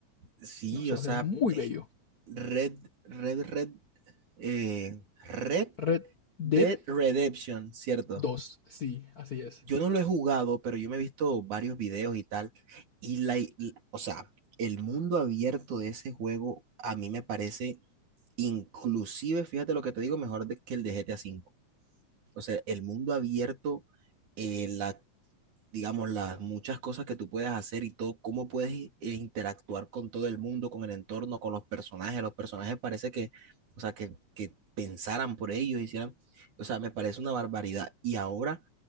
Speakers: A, on the right (about 85°); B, on the left (about 60°).
A: Sí,
B: No, eso
A: o
B: va
A: sea,
B: a ser muy
A: es
B: bello.
A: Red, Red, Red, eh, Red
B: Red Dead
A: Dead Redemption, ¿cierto?
B: 2, sí, así es.
A: Yo no lo he jugado, pero yo me he visto varios videos y tal. Y la, y- o sea, el mundo abierto de ese juego a mí me parece, inclusive, fíjate lo que te digo, mejor de- que el de GTA V. O sea, el mundo abierto, eh, la, digamos, las muchas cosas que tú puedes hacer y todo, cómo puedes i- eh, interactuar con todo el mundo, con el entorno, con los personajes. Los personajes parece que, o sea, que, que pensaran por ellos, hicieran, o sea, me parece una barbaridad. Y ahora,